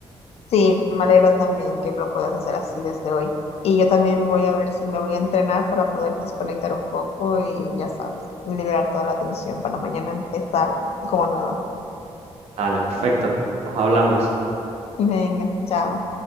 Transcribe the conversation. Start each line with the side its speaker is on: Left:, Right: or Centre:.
Left: Sí, me alegra también que lo puedas hacer así desde hoy. Y yo también voy a ver si me voy a entrenar para poder desconectar un poco y ya sabes, liberar toda la tensión para mañana empezar como nueva.
Right: Dale, perfecto. Nos hablamos.
Left: Venga, chao.